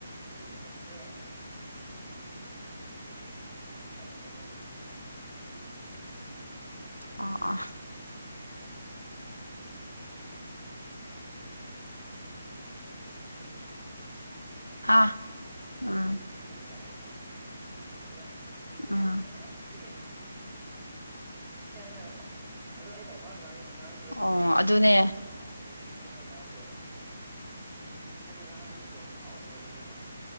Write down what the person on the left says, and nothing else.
ꯑꯣ ꯑꯣ
ꯍꯥ
ꯎꯝ
ꯎꯝ
ꯑꯣ
ꯑꯗꯨꯅꯦ